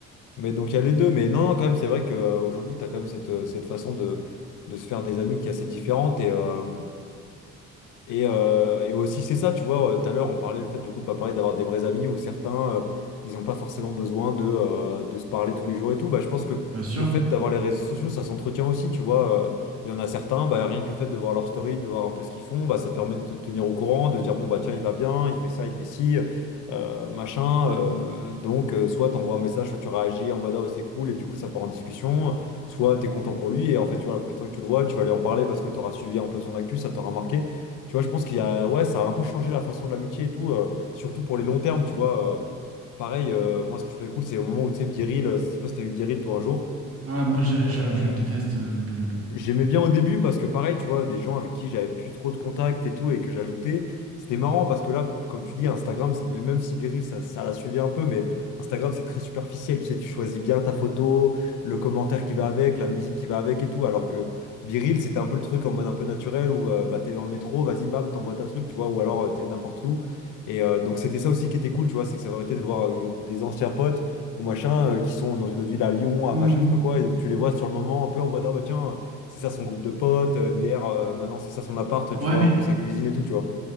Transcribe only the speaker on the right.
Bien sûr.
Ah, moi, je,
je- je déteste euh, Biril, moi.
Hmm.
Ouais,
mais